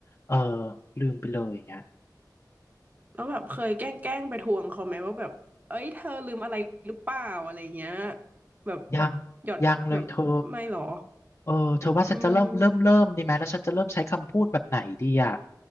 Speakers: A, on the left; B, on the right.
A: เออลืมไปเลยอย่างเงี้ย
B: แล้วแบบเคยแกล้งแกล้งไปทวงเขาไหมว่าแบบเอ้ยเธอลืมอะไรหรือเปล่าอะไรเงี้ย แบบ
A: ยัง
B: หยอดแบบไม่หรอ
A: ยังเลยเธอเออเธอว่าฉันจะเริ่มเริ่มเริ่มดีไหมแล้วฉันจะเริ่มใช้คำพูดแบบไหนดีอ่ะ
B: อืม